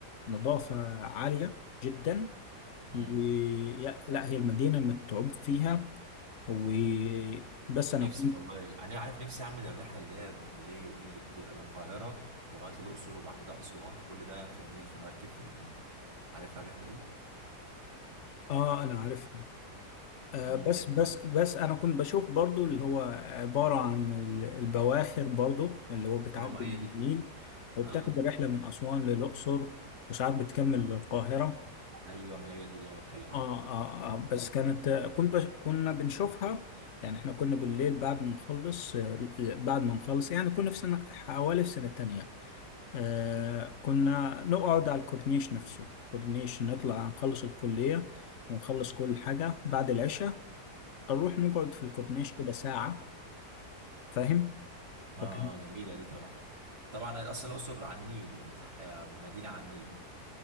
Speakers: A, on the left (about 50°); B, on the right (about 75°).
A: نظافة عالية جدا
B: مم.
A: و... يا- لا هي المدينة متعوب فيها و بس أنا
B: نفسي
A: كنت
B: والله يعني عارف نفسي اعمل الرحله اللي هي النيليه دي اللي بتبقى من القاهره لغايه الاقصر وبعد كده اسوان وكل ده في النيل في مركب في النيل عارفها الرحله دي
A: آه أنا عارفها آه،
B: امم
A: بس
B: نفسي
A: بس بس انا كنت بشوف برضو اللي هو عبارة عن ال- البواخر برضو اللي هو بتعدي
B: اه ما هي
A: من
B: دي
A: النيل وبتاخد
B: اه آه.
A: الرحلة من أسوان للأقصر وساعات بتكمل للقاهرة
B: ايوه ما هي دي اللي انا بتكلم عليها
A: آه, آه, اه بس كانت كنت بش كنا بنشوفها يعني احنا كنا بالليل بعد ما نخلص آه، بعد ما نخلص يعني كنا في سنة حوالي في سنة تانية آه كنا نقعد على الكورنيش نفسه الكورنيش نطلع نخلص الكلية ونخلص كل حاجة بعد العشاء نروح نقعد في الكورنيش كده ساعة فاهم؟
B: اه
A: فكان
B: اه جميلة دي طبعا طبعا اصلا الاقصر على النيل يعني صح هي مدينة على النيل